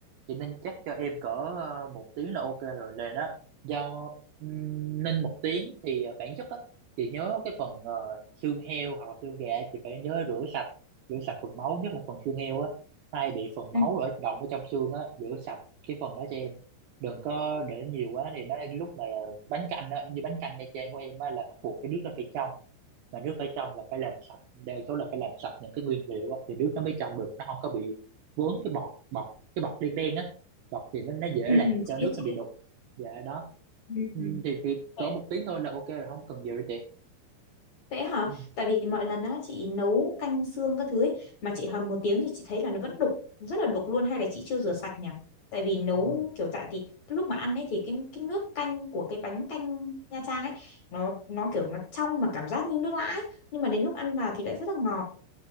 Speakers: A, on the right; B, on the left.
A: thì Ninh chắc cho em cỡ ờ, một tiếng là ok rồi lên đó do ừm, Ninh một tiếng thì ờ, bản chất á chị nhớ cái phần ờ, xương heo hoặc là xương gà chị phải nhớ rửa sạch rửa sạch phần máu nhất là phần xương heo á hay bị phần máu
B: ừ
A: ở động ở trong xương á rửa sạch cái phần đó cho em đừng có để nhiều quá thì nó lúc này ờ, bánh canh á như bánh canh nha Trang của em á là bắt buộc cái nước nó phải trong mà nước phải trong là phải làm sạch đa số là phải làm sạch những cái nguyên liệu á, thì nước nó mới trong được nó không có bị vướng cái bọt bọt cái bọt đen đen á bọt thì nó, nó dễ
B: ừ
A: làm
B: ừ, chị
A: cho nước
B: biết chị
A: nó bị
B: biết
A: đục dạ đó
B: ừ.
A: ừ,
B: ừ.
A: thì, thì cỡ
B: Vậy
A: một tiếng thôi là ok rồi không cần nhiều đâu chị
B: Vậy hả?
A: ừ.
B: Tại vì mọi lần á chị nấu canh xương các thứ ấy, mà chị hầm một tiếng thì chị thấy là nó vẫn đục, rất là đục luôn hay là chị chưa rửa sạch nhỉ? Tại vì nấu
A: Ừ. ừ.
B: kiểu tại thì lúc mà ăn ấy thì cái cái nước canh của cái bánh canh Nha Trang ấy nó nó kiểu nó trong mà cảm giác như nước lã ấy. Nhưng mà đến lúc ăn vào thì lại rất là ngọt.